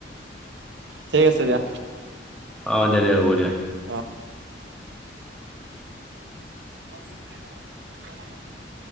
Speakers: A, on the right; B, in the centre.
A: ঠিক আছে দিয়া
B: অ দে দে হ'ব দিয়া
A: অ <unintelligible>